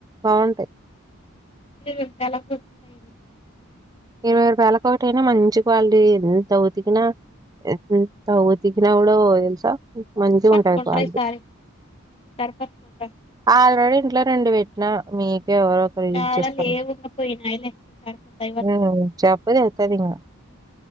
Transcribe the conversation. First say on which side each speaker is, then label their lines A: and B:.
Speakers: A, on the right; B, on the left.
A: బావుంటాయి
B: అ ఎలా కోసంంటయ
A: ఇరవైపాయలలకు ఒకటిైనా మంచి క్వాలిటీ ఎౌతికిిన ఎత ఉతికిన ఫోవు మంచి
B: పట్టుకుంటార
A: ఉంటంది వాళ
B: ఈసారి ఈసారి పట్టుకుంటార
A: ఆల్రెడీ ఇంట్లో ఫ్రెండ్ పెట్టి మీకు ఎవరో ఒకరు
B: చళ
A: యూజ్ చేస్తారు
B: లేవుంగా పోయినాయి సార్కుతా ఇవాట్
A: ఆ చెప్పు తెగుతది ఇంకా